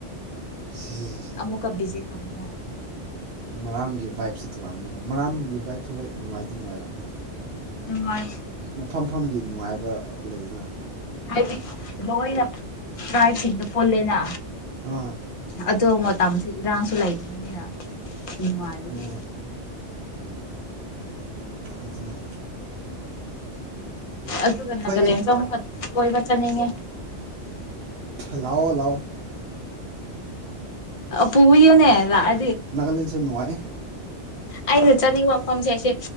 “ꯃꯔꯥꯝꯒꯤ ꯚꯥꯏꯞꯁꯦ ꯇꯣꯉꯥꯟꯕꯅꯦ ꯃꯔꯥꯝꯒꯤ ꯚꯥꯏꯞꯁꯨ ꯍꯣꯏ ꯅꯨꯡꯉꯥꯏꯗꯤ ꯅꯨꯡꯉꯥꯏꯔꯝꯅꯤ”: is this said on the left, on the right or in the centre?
Right